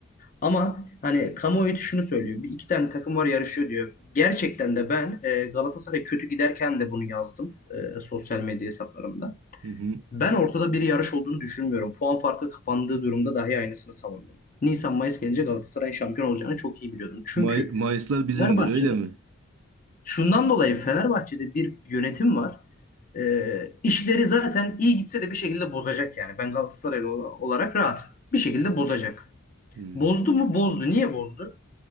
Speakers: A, on the left (about 40°); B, on the right (about 85°).
A: Ama hani kamuoyu şunu söylüyor. Bir iki tane takım var yarışıyor diyor. Gerçekten de ben e, Galatasaray kötü giderken de bunu yazdım e, sosyal medya hesaplarımda.
B: Hı hı.
A: Ben ortada bir yarış olduğunu düşünmüyorum. Puan farkı kapandığı durumda dahi aynısını savundum. Nisan-Mayıs gelince Galatasaray'ın şampiyon olacağını çok iyi biliyordum. Çünkü
B: May Mayıslar bizimdir
A: Fenerbahçe'de
B: öyle mi?
A: şundan dolayı Fenerbahçe'de bir yönetim var. E, işleri zaten iyi gitse de bir şekilde bozacak yani. Ben Galatasaraylı ola- olarak rahat. Bir şekilde bozacak.
B: Hı.
A: Bozdu mu? Bozdu. Niye bozdu?